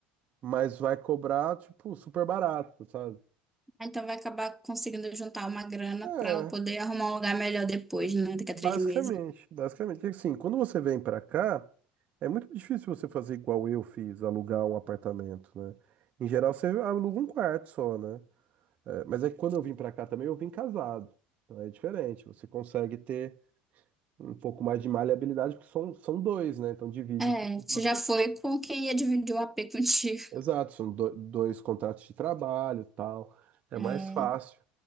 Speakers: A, on the right; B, in the centre.
A: Mas vai cobrar, tipo, super barato, sabe?
B: Ah, Então vai acabar conseguindo juntar uma grana
A: É,
B: para ela poder arrumar um lugar melhor depois, né? Daqui
A: basicamente.
B: a três meses.
A: Basicamente. Porque, Assim, quando você vem pra cá, é muito difícil você fazer igual eu fiz, alugar um apartamento, né? Em geral, você aluga um quarto só, né? É, mas é que quando eu vim pra cá também, eu vim casado. Então é diferente. Você consegue ter um pouco mais de maleabilidade, porque são, são dois, né? Então divide
B: É,
A: tudo
B: você
A: em duas
B: já
A: pessoas.
B: foi com quem ia dividir o AP contigo.
A: Exato, são do- dois contratos de trabalho, tal. É
B: É,
A: mais fácil